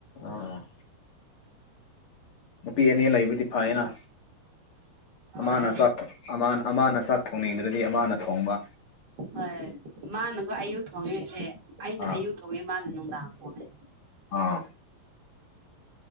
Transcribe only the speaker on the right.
ꯍꯣꯏ
ꯍꯣꯏ ꯃꯥꯅꯒꯣ ꯑꯌꯨꯛ ꯊꯣꯡꯉꯦꯁꯦ ꯑꯩꯅ
ꯑꯌꯨꯛ ꯊꯣꯡꯉꯦ ꯃꯥꯅ ꯅꯨꯡꯗꯥꯡ ꯊꯣꯡꯉꯦ